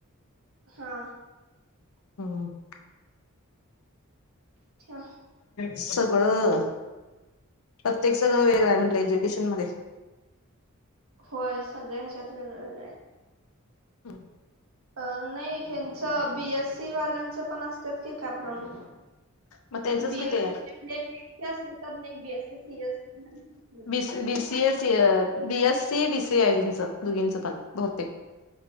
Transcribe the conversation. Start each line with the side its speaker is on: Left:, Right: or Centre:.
Right: हा.
Left: हो.
Right: अच्छा
Left: सगळं प्रत्येक सगळं वेगळं आहे म्हंटलंय जे. मध्ये.
Right: होय सगळ ह्याच्यात वेगळं वेगळं.
Left: हम.
Right: अ नाही ह्यांच बीएससी वाल्यांच पण असतात की कॅप राऊंन.
Left: मग त्यांचंच
Right: बीएससी
Left: किती आहे
Right: म्हणजे प्लेन अस तर नाही BSc CS.
Left: B BCA C BS C बीसीएच दोघींचं पण बहुतेक.